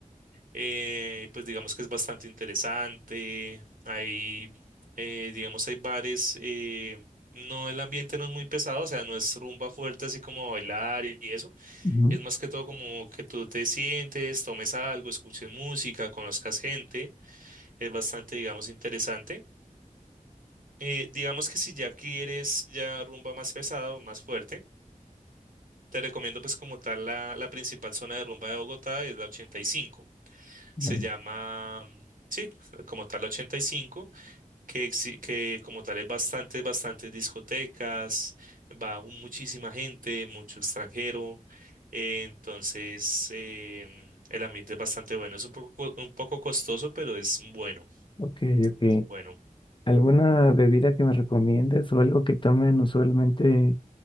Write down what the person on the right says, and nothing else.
Eh, pues digamos que es bastante interesante. Hay, eh, digamos, hay bares. eh, no, el ambiente no es muy pesado, o sea, no es rumba fuerte así como bailar y y eso.
Es más que todo como que tú te sientes, tomes algo, escuches música, conozcas gente. Es bastante, digamos, interesante. Eh, digamos que si ya quieres ya rumba más pesado, más fuerte, te recomiendo pues como tal la, la principal zona de rumba de Bogotá es la 85.
se llama, mm, sí, como tal 85, que, exi- que como tal es bastante, bastantes discotecas, va un- muchísima gente, mucho extranjero, eh, entonces em, el ambiente es bastante bueno, es un poco, co- un poco costoso, pero es bueno,
es bueno.